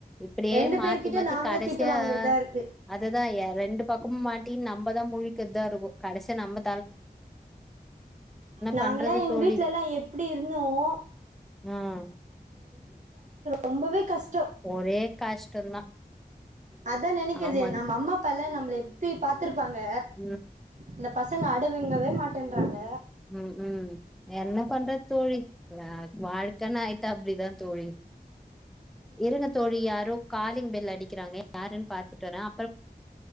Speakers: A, in the centre; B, on the right.
A: இப்படியே
B: ரெண்டு
A: மாத்தி
B: பேர்கிட்ட
A: மாத்தி
B: நாம
A: கடைசியா
B: தா திட்டு வாங்குறதா இருக்கு
A: அதுதான் ரெண்டு பக்கமும் மாட்டின்னு நம்பதான் மு ளிக்கதாருகும் கடசியா நம்ப
B: நாங்கலாம்
A: பண்றது
B: எங்க
A: தோழி
B: வீட்லல்லாம் எப்டியிருந்தோம்
A: ஹம்
B: ரொம்பவே கஷ்ட
A: ஒரே கஷ்டந்தா
B: அதா நெனைக்கிறது
A: ஆமா
B: நம்ம அம்மா அப்பால்லா எப்டி பாத்திருப்ப பாங்க
A: ம்
B: இந்த பசங்க அடவேங்கவே மாட் டேன்றாங்க
A: உம் உம் என்ன பண்றத் தோழி வா வாழ்க்கன்னாயிட்டா அப்டிதான் தோழி இருங்க தோழி யாரோ காலிங் பெ ல் யடிக்கிறாங்க யாருன் பாத்துட்டு வரேன்